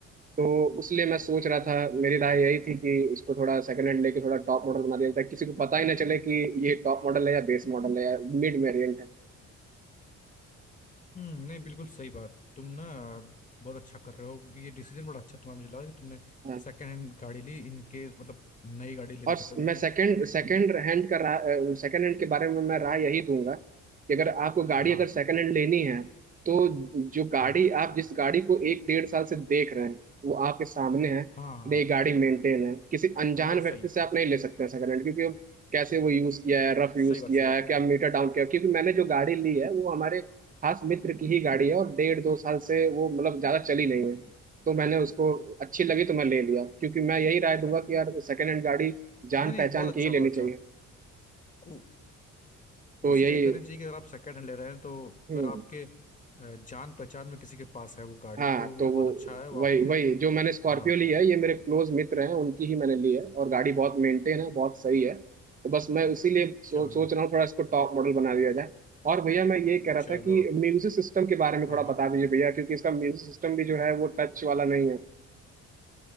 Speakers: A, on the right; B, on the left.
A: तो उसलिए मैं सोच रहा था मेरी राय यही थी कि उसको थोड़ा सेकंड हैंड लेके थोड़ा टॉप मॉडल बना दिया जाए किसी को पता ही ना चले कि ये टॉप मॉडल है या बेस मॉडल है या मिड वेरिएंट है
B: हम्म नहीं बिल्कुल सही बात तुम ना बहुत अच्छा कर रहे हो क्योंकि ये डिसीजन बड़ा अच्छा तुम्हारा मुझे लगा कि तुमने
A: हाँ।
B: सेकेंड हैंड गाड़ी ली इनके मतलब नई गाड़ी लेने
A: और
B: से
A: स-
B: अच्छा क्योंकि
A: मैं सेकंड सेकंड
B: हम्म,
A: हैंड का राय सेकंड हैंड के बारे में मैं राय यही दूंगा कि अगर आपको गाड़ी
B: हाँ
A: अगर सेकंड हैंड लेनी है तो जो गाड़ी
B: हाँ
A: आप जिस गाड़ी को एक डेढ़ साल से देख रहे हैं वो आपके सामने है
B: हाँ हाँ
A: ये गाड़ी मेंटेन है किसी अनजान
B: ना तो सही
A: व्यक्ति
B: है
A: से आप नहीं ले सकते हैं सेकंड हैंड क्योंकि वो कैसे वो यूज किया है रफ यूज
B: सही बात
A: किया
B: सही बात
A: है क्या मीटर डाउन किया है। क्योंकि मैंने जो गाड़ी ली है वो हमारे खास मित्र की ही गाड़ी है और डेढ़ दो साल से वो मतलब ज्यादा चली नहीं है तो मैंने उसको अच्छी लगी तो मैं ले लिया क्योंकि मैं यही राय दूंगा कि यार सेकंड हैंड गाड़ी जान
B: नहीं
A: पहचान
B: नहीं बहुत
A: की
B: अच्छा
A: ही लेनी
B: बहुत
A: चाहिए
B: अच्छा को,
A: तो
B: कोशिश
A: यही
B: ये करनी चाहिए कि अगर आप सेकेंड हैंड ले रहे हैं तो
A: हम्म
B: अगर आपके अ, जान पहचान में किसी के पास है वो गाड़ी
A: हाँ
B: तो वो
A: तो
B: बहुत
A: वो
B: अच्छा है वो आपके
A: वही वही जो मैंने स्कॉर्पियो
B: हाँ
A: ली है ये मेरे क्लोज मित्र हैं उनकी ही मैंने ली है और गाड़ी बहुत मेंटेन है बहुत सही है तो बस मैं इसीलिए सो,
B: चलो
A: सोच रहा हूँ थोड़ा इसको टॉप मॉडल बना दिया जाए और भैया मैं ये कह रहा
B: चलो
A: था कि म्यूजिक सिस्टम के बारे में
B: हाँ
A: थोड़ा
B: हाँ
A: बता दीजिए भैया क्योंकि इसका म्यूजिक सिस्टम भी जो है वो टच वाला नहीं है